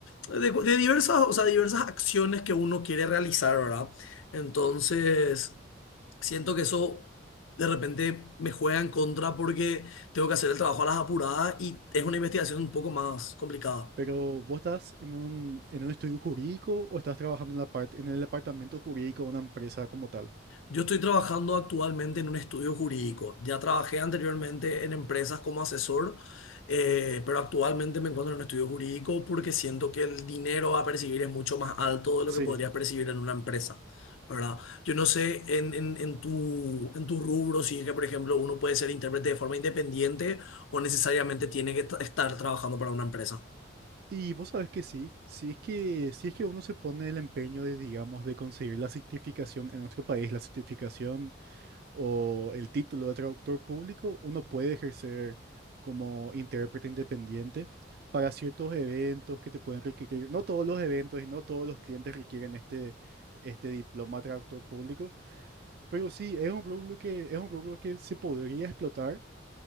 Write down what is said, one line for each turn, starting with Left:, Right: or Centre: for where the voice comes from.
Left: de, de diversas, o sea, diversas acciones que uno quiere realizar, ¿verdad? Entonces, siento que eso de repente me juega en contra porque tengo que hacer el trabajo a las apuradas y es una investigación un poco más complicada.
Right: Pero ¿vos estás en un, en un estudio jurídico o estás trabajando en la parte, en el departamento jurídico de una empresa como tal?
Left: Yo estoy trabajando actualmente en un estudio jurídico. Ya trabajé anteriormente en empresas como asesor, eh, pero actualmente me encuentro en un estudio jurídico porque siento que el dinero a percibir es mucho más alto de lo
Right: Sí.
Left: que podrías percibir en una empresa, ¿verdad? Yo no sé en, en, en tu, en tu rubro si es que, por ejemplo, uno puede ser intérprete de forma independiente o necesariamente tiene que t- estar trabajando para una empresa.
Right: Y vos sabés que sí, si es que, si es que uno se pone el empeño de, digamos, de conseguir la certificación en nuestro país, la certificación o el título de traductor público, uno puede ejercer como intérprete independiente para ciertos eventos que te pueden requerir. No todos los eventos y no todos los clientes requieren este, este diploma de traductor público Pero sí, es un rubro que, es un rubro que se podría explotar